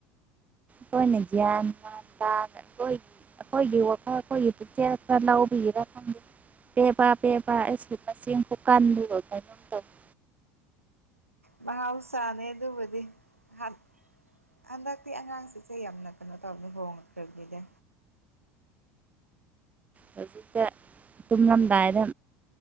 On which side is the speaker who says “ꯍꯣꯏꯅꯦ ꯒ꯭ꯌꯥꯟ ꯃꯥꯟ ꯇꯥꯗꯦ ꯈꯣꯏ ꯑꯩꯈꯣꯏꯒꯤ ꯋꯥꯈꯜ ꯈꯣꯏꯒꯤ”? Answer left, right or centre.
Right